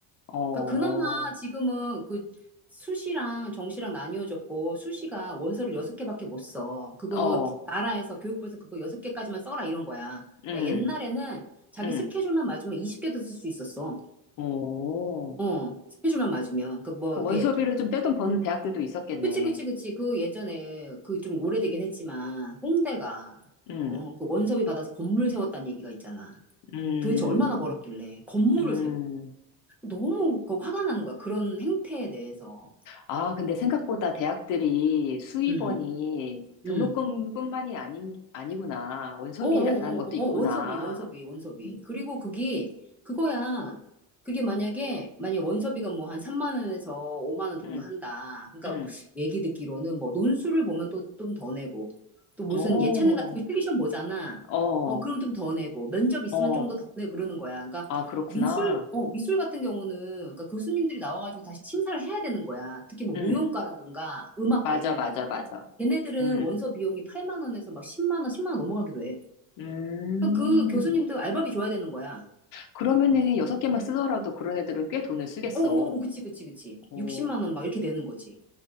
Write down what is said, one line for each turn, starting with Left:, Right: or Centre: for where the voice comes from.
Left: 어,
Centre: 그러니까 그나마 지금은 그 수시랑 정시랑 나뉘어졌고, 수시가 원서를 여섯 개밖에 못 써. 그거
Left: 어,
Centre: 나라에서 교육부에서 그거 여섯 개까지만 써라 이런 거야.
Left: 음,
Centre: 야, 옛날에는 자기
Left: 음.
Centre: 스케줄만 맞으면 20개도 쓸 수 있었어.
Left: 오.
Centre: 어, 스케줄만 맞으면. 그 뭐,
Left: 그 원서비를
Centre: 게
Left: 좀 떼돈 버는 대학들도 있었겠네.
Centre: 그치, 그치, 그치. 그 예전에 그 좀 오래되긴 했지만 홍대가
Left: 음,
Centre: 어, 그 원섭이 받아서 건물 세웠다는 얘기가 있잖아.
Left: 음,
Centre: 도대체 얼마나 벌었길래 건물을
Left: 음.
Centre: 세워. 너무 그 화가 나는 거야. 그런 행태에 대해서.
Left: 아, 근데 생각보다 대학들이 수입원이
Centre: 음,
Left: 등록금뿐만이
Centre: 음.
Left: 아닌, 아니구나. 원서비라는
Centre: 어어어어
Left: 것도 있구나.
Centre: 원섭이 원섭이 원섭이
Left: 음,
Centre: 그리고 그게 그거야 그게 만약에 만약에 원섭이가 뭐 한 3만 원에서 5만 원 정도
Left: 음,
Centre: 한다 그러니까
Left: 음.
Centre: 얘기 듣기로는 뭐 논술을 보면 또 좀 더 내고 또 무슨
Left: 어,
Centre: 예체능 같은 거 실기시험 보잖아
Left: 어,
Centre: 어 그럼 좀 더 내고 면접 있으면
Left: 어.
Centre: 좀 더 더 내고 그러는 거야 그러니까
Left: 아, 그렇구나.
Centre: 미술 어 미술 같은 경우는 그러니까 교수님들이 나와가지고 다시 심사를 해야 되는 거야 특히 뭐
Left: 음,
Centre: 무용과라든가 음악과
Left: 맞아,
Centre: 이런
Left: 맞아,
Centre: 애들
Left: 맞아.
Centre: 걔네들은
Left: 음,
Centre: 원서 비용이 8만 원에서 막 10만 원 10만 원 넘어가기도 해
Left: 음.
Centre: 그그 교수님도 알바비 줘야 되는 거야.
Left: 그러면은 여섯 개만 쓰더라도 그런 애들은 꽤 돈을 쓰겠어.
Centre: 어어어, 그치, 그치, 그치.
Left: 어,
Centre: 60만 원 막 이렇게 되는 거지.